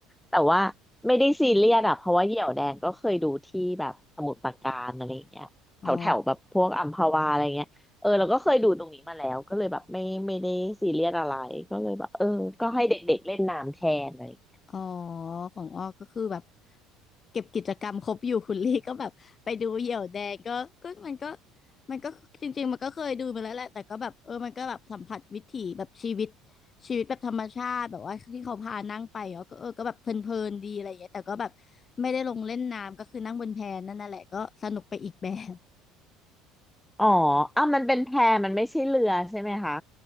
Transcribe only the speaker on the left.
อ๋อ อ๋อของอ้อก็คือแบบเก็บกิจกรรมครบอยู่คุณลี่ก็แบบไปดูเหยี่ยวแดงก็ก็มันก็มันก็จริงๆมันก็เคยดูมาแล้วแหละแต่ก็แบบเออมันก็แบบสัมผัสวิถีแบบชีวิตชีวิตแบบธรรมชาติแบบว่าที่เขาพานั่งไปเนาะก็เออก็แบบเพลินๆดีอะไรอย่างเงี้ยแต่ก็แบบไม่ได้ลงเล่นน้ำก็คือนั่งบนแพนั่นน่ะแหละก็สนุกไปอีกแบบ